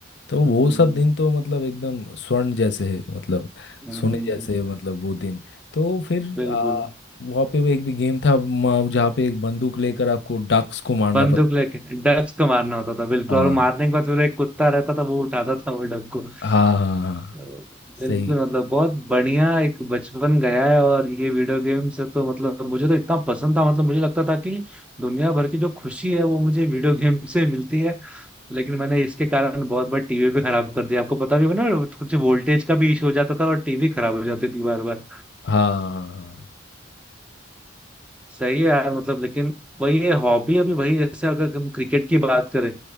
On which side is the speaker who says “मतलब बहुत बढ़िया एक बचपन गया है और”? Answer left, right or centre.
Centre